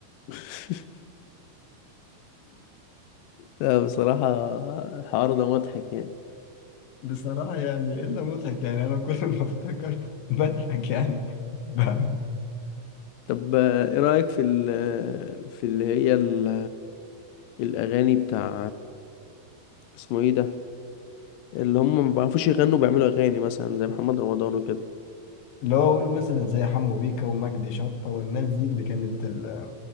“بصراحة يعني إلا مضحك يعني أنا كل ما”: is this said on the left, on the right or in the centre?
Left